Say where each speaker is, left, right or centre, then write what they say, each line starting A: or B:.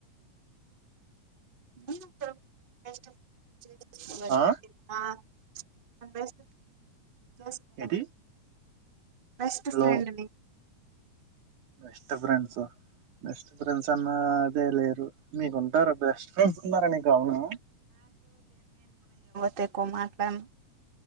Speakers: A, on the right; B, on the right.
A: మీర్ <unintelligible> ఎవర్
B: ఆ
A: నిన్ ఆ <unintelligible> చెస్ <unintelligible>
B: ఏంటి
A: బెస్ట్ ఫ్రెండ్
B: లో
A: ని
B: బెస్ట్ ఫ్రెండ్సు బెస్ట్ ఫ్రెండ్స్ అన్నా అదే లేరు మీకుంటారు బెస్ట్ ఫ్రెండ్స్ ఉన్నార నుకు ఔనా
A: తే కువ్ మాట్లాన్